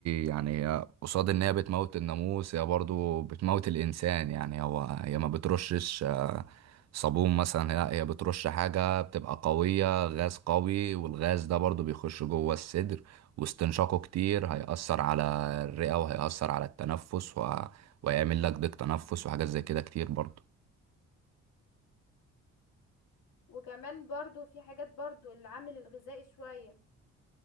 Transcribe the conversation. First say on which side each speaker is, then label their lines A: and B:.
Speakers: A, on the right; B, on the left.
A: يعني هي قصاد ان هي بتموت الناموس هي برضو بتموت الانسان يعني هو هي ما بترشش آه، صابون مثلا هي هي بترش حاجة بتبقى قوية غاز قوي والغاز ده برضو بيخش جوه الصدر واستنشاقه كتير هيأثر على الرئة وهيأثر على التنفس و... ويعمل لك ضيق تنفس وحاجات زي كده كتير برضو
B: وكمان برضو في حاجات برضو العامل الغذائي شوية